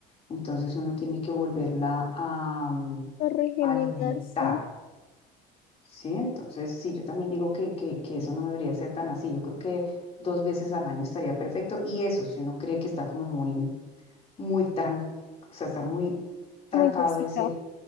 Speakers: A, on the left; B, on the left.
A: entonces uno tiene que volverla a mm,
B: a regenerar,
A: a alimentar.
B: sí,
A: Sí, entonces sí, yo también digo que, que, que eso no debería ser tan así. Yo creo que dos veces al año estaría perfecto. Y eso, si uno cree que está como muy, muy tran, o sea, está muy trancado
B: como intoxicado.
A: ese,